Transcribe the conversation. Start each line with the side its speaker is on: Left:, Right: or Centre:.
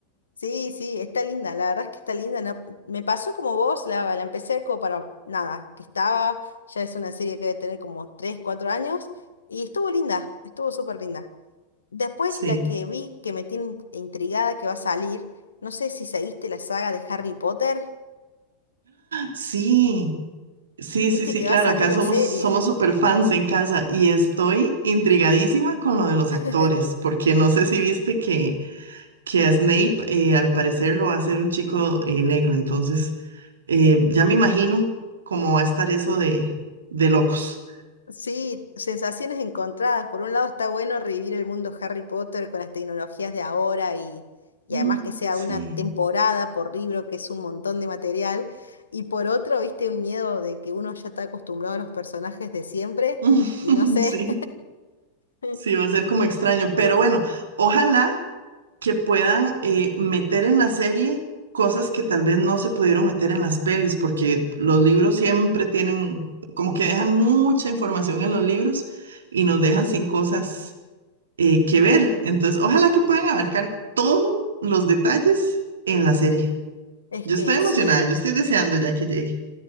Left: Sí, sí, está linda, la verdad es que está linda. no- me pasó como vos, la, la empecé como para nada, que estaba, ya es una serie que debe tener como 3 4 años, y estuvo linda, estuvo súper linda. Después,
Right: Sí,
Left: la que vi que me tiene int- intrigada que va a salir, no sé si seguiste la saga de Harry Potter,
Right: sí, sí,
Left: viste
Right: sí, sí,
Left: que
Right: claro,
Left: va a salir
Right: acá
Left: la
Right: somos,
Left: serie.
Right: somos super fans en casa y estoy intrigadísima con lo de los
Left: <laughs>
Right: actores, porque no sé si viste que, que a Snape eh, al parecer lo va a hacer un chico eh, negro, entonces eh, ya me imagino cómo va a estar eso de, de locos.
Left: Sí, sensaciones encontradas. Por un lado está bueno revivir el mundo Harry Potter con las tecnologías de ahora y, y
Right: Mm,
Left: además que sea
Right: Sí,
Left: una temporada por libro, que es un montón de material. Y por otro, viste un miedo de que uno ya está acostumbrado a los personajes de siempre
Right: <laughs>
Left: y no sé.
Right: sí.
Left: <laughs>
Right: Sí, va a ser como extraño, pero bueno, ojalá que puedan eh, meter en la serie cosas que tal vez no se pudieron meter en las pelis, porque los libros siempre tienen, como que dejan mucha información en los libros y nos dejan sin cosas eh, que ver. Entonces, ojalá que puedan abarcar todos los detalles en la serie.
Left: Es
Right: Yo
Left: que
Right: estoy emocionada,
Left: sí.
Right: yo estoy deseando ya que llegue.